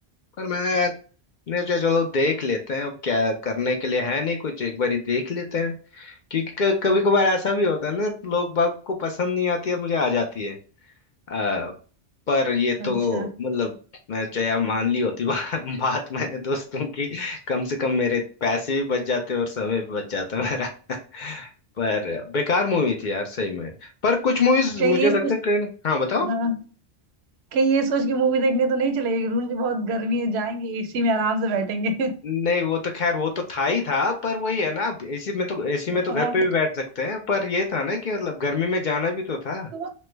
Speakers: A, on the left; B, on the right.
A: पर मैंने सोचा चलो देख लेते हैं अब क्या करने के लिए है नहीं कुछ एक बार ही देख लेते हैं क्योंकि कभी कभार ऐसा भी होता है ना लोग बाग को पसंद नहीं आती है मुझे आ जाती है आ, पर ये तो
B: अच्छा
A: मतलब मैं चाहे यार मान ली होती बा, <laughs> बात मैंने दोस्तों की कम से कम मेरे पैसे भी बच जाते और समय भी बच जाता मेरा <laughs> पर बेकार मूवी थी यार सही में पर कुछ मूवीज
B: कहीं
A: मुझे
B: ये
A: लगता
B: सोच
A: है कि हाँ बताओ
B: हाँ कहीं ये सोच के मूवी देखने तो नहीं चले गए रूम में बहुत गर्मी है जाएंगे एसी में आराम से बैठेंगे
A: नहीं वो तो खैर वो तो था ही था पर वही है ना अब एसी में तो एसी में तो
B: हाँ
A: घर पे भी बैठ सकते हैं पर ये था ना कि मतलब गर्मी में जाना भी तो था
B: तो